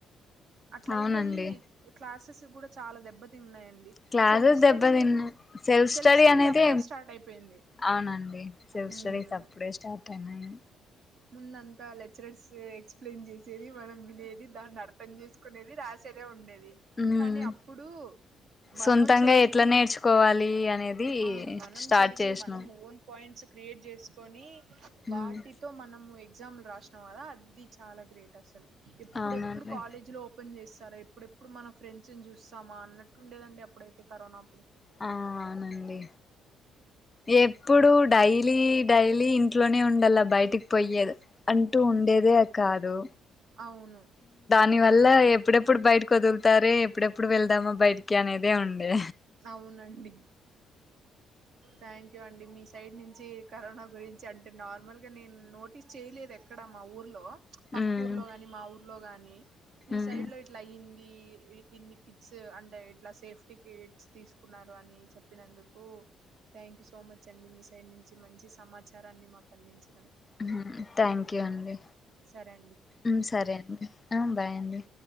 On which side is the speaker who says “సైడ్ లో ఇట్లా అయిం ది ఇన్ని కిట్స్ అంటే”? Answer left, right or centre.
Right